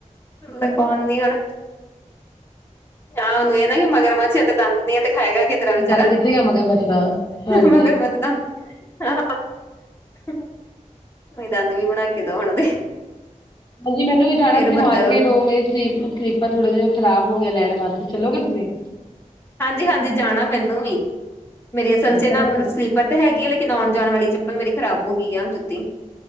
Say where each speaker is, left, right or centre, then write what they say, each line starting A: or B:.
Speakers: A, on the left (about 15°); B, on the left (about 35°).
A: ਮੈਂ ਪਾਣੀ ਹਨਾ। ਆਹ ਉਹਨੂੰ ਇਹ ਨਾ ਕਿ ਮਗਰਮਛ ਸੀ ਤੇ ਦੰਦ ਨੀ ਆ ਤੇ ਖਾਏਗਾ ਕਿਸ ਤਰਾ ਵਿਚਾਰਾ-
B: ਬੰਦ ਕਿੱਥੇ ਗਿਆ ਮਗਰ ਮਛਦਾ ਹਾਂਜੀ
A: ਮਗਰਮਛ ਦੰਦ ਆਹੋ <inaudible> <inaudible> ਦੰਦ ਵੀ ਬਣਾ ਕੇ ਦੋ ਹੁਣ ਉਹਦੇ
B: ਹਾਂਜੀ ਮੈਨੂੰ ਵੀ ਜਾਣਾ
A: ਫੇਰ
B: ਸੀ
A: ਬੱਦਲ
B: ਮਾਰਕੀਟ, ਉਹ ਮੇਰੀ ਸਲੀਪਰ ਥੋੜੇ ਜਿਹੇ ਖਰਾਬ ਹੋ ਗਿਆ ਲੈਣ ਵਾਸਤੇ ਚੱਲੋਗੇ ਤੁਸੀਂ
A: ਹਾਂਜੀ- ਹਾਂਜੀ ਜਾਣਾ ਮੈਨੂੰ ਵੀ, ਮੇਰੀ ਅਸਲ
B: ਹਾਂ
A: 'ਚ
B: ਚਲੋ
A: ਨਾ ਵੰਨ ਸਲੀਵ ਪਤਾ ਹੈਗੀ ਹੈ ਲੇਕਿਨ ਆਉਣ ਜਾਣ ਵਾਲੀ ਚੱਪਲ ਮੇਰੀ ਖਰਾਬ ਹੋ ਗਈ ਆ ਹ ਜੁੱਤੀ